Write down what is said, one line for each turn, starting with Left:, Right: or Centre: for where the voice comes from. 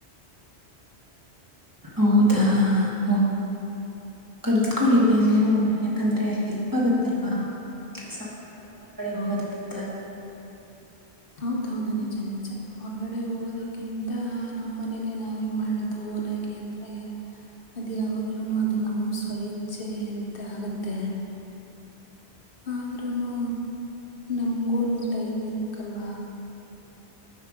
Right: ಹೌದಾ ಒ ಕಲ್ತ್ಕೊಳಿಬೆ ನೀವುನು ಯಾಕಂದ್ರೆ ಎಲ್ಪ್ ಆಗತ್ತಲ್ವಾ ಮನ ಕೆಲಸ ಮಾಡೊಕ ಹೊರಗಡೆ ಹೋಗೋದಕ್ಕಿಂತ.
Left: ಹೌದೌದು ನಿಜ ನಿಜ ಹೊರಗಡೆ ಹೋಗೋದಕ್ಕಿಂತ ನಮ್ಮ್ ಮನೇಲಿ ನಾವೇ ಮಾಡೋದು. <unintelligible> ಗಿ ಅಂದ್ರೆ. ಅದು ಯಾವಾಗ್ಲೂ ಅದು ನಮ ಸ್ವ ಇಚ್ಛೆ ಅಂತ ಆಗುತ್ತೆ. ಆದ್ರೂನು ನಮಗೂಂದ್ ಟೈಮ್ ಇರ್ಬೇಕಲ್ವಾ.